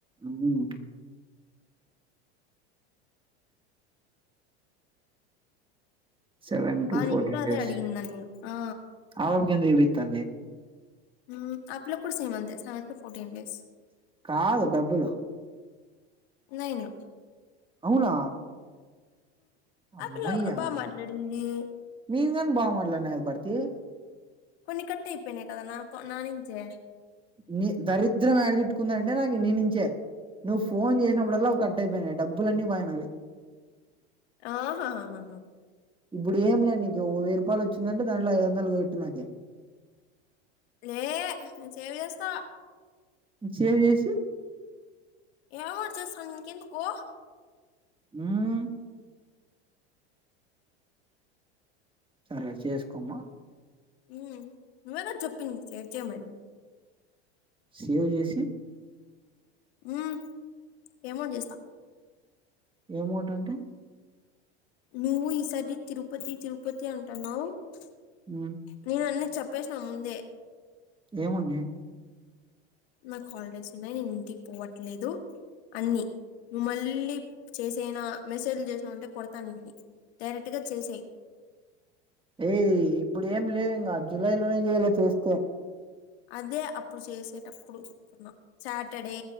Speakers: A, on the right; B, on the left.
A: ఉమ్ ఉమ్. సెవెన్ టు
B: వానికి
A: ఫోర్టీన్
B: కూడా అదే
A: డేస్
B: అడిగింది నన్ని ఆ
A: అవొంకేంది ఇవితాంది.
B: ఉమ్ అ పిల్లకి కుడా సేమ్ అంతే సెవెన్ టుూ ఫోర్టీన్ డేస్.
A: కాదు డబ్బులు.
B: నైను.
A: అవునా. అమ్మయ్యా
B: ఆ పిల్ల బాగా మాట్లాడింది
A: మీకన్న బాగా మాట్లాడిన గదా బర్తీ.
B: కొన్ని కట్టైపోయినయ్ కాదన్నా కొ నా నుంచి.
A: నీ దరిద్రం యేడజుట్టుకుందంటే నాకు నీనుంచే. నువ్వు ఫోన్ చేసినప్పుడల్ల అవి కట్ అయిపోయినయ్ డబ్బులన్నీ పోయినావి.
B: ఆహహ హహహ.
A: ఇప్పుడు ఏం లే నీకు ఒక వెయ్యి రూపాయలు వచ్చిందంటే దాంట్లో ఐదొందలు గొట్టు నాకీ.
B: లే ఏ నేను సేవ్ చేస్తా.
A: సేవ్ జేసీ.
B: ఎమో ఒకటి చేస్త నీకెందుకూ.
A: ఉమ్. సరే చేసుకోమ్మా.
B: ఉమ్ నువ్వే గద చెప్పింది సేవ్ చేయమని.
A: సేవ్ జేసీ.
B: ఉమ్ ఏమోటి జెస్తా.
A: ఏమోటంటే.
B: నువ్వు ఈసారి తిరుపతి తిరుపతి అంటున్నావ్ ప్చ్
A: మ్మ్
B: నేను అన్ని. చెప్పేసినవ్ ముందే.
A: ఏముందే.
B: నాకు హాలిడేస్ ఉన్నయ్ నేను ఇంటికి పోవట్లేదు అన్నీ. నువ్వు మళ్ళీ చేసేనా మెసేజ్లు చేసినావు అంటే కొడతాను నిన్ని. డైరెక్ట్గా చేసెయ్.
A: ఏయ్ ఇప్పుడు ఏం లేవు ఇంగా జూలై లోనే చేయలే చేస్తే.
B: అదే అప్పుడు చేసేటప్పుడు చెప్తున్న సాటర్డే